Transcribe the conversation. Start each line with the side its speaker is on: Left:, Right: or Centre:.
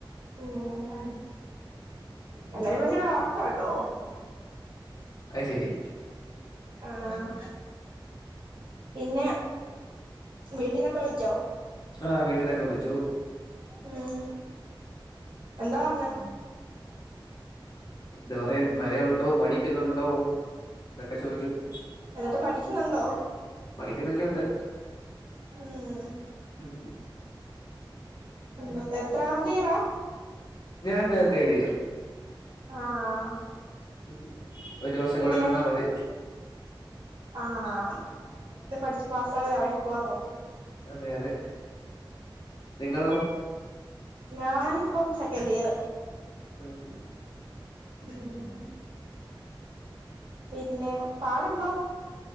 Right: ഓ എല്ലാരും പക്ഷേ ഇവിടെ ഉറക്കാട്ടോ കഴിഞ്ഞിട്ട്
Left: അത്ശരി
Right: ആഹ് പിന്നെ വീട്ടന്നൊക്കെ വിളിച്ചോ
Left: ആഹ് വീട്ടീന്നൊക്കെ വിളിച്ചു
Right: ഉം എന്താ പറഞ്ഞേ
Left: എന്ത് പറയാൻ മഴയുണ്ടോ പഠിക്കുന്നുണ്ടോ ഇതൊക്കെ ചോദിക്കുന്നു
Right: എന്നിട്ട് പഠിക്കുന്നുണ്ടോ?
Left: പഠിക്കുന്നൊക്കെയുണ്ട്
Right: ഉം
Left: ഉം
Right: ഉം എത്രാമത്തെ ഇഴറാ
Left: ഞാൻ തേടിയർ
Right: ആഹ്
Left: ഉം ഒരു വർഷം
Right: പിന്നെ
Left: കൂടെ നിന്നാ മതി
Right: ആഹ് എങ്ങനേലും പഠിച്ച് പാസ്സായി ഇറങ്ങി പോവാൻ നോക്ക്
Left: അതെ അതെ നിങ്ങളോ?
Right: ഞാനിപ്പം സെക്കൻഡിയറ്
Left: ഉം ഉം
Right: ഉം പിന്നെ പാടുണ്ടോ?